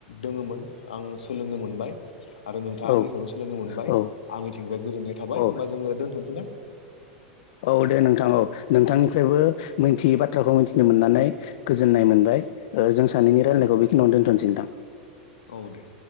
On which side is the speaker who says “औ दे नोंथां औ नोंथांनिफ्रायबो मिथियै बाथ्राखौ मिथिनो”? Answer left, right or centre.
Left